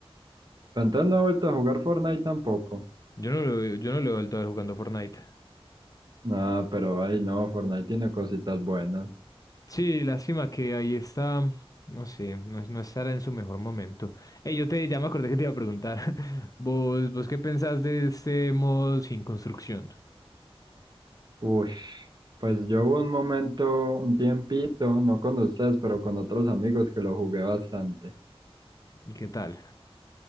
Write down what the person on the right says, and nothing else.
Pero entonces no ha vuelto a jugar Fortnite tampoco.
Nada, pero ay no, Fortnite tiene cositas buenas.
Uy, pues yo hubo un momento, un tiempito, no con ustedes, pero con otros amigos que lo jugué bastante.